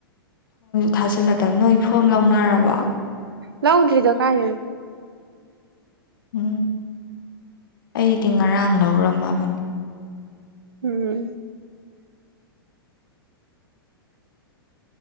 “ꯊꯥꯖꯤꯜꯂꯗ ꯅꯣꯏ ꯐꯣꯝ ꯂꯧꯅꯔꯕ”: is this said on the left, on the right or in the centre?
Left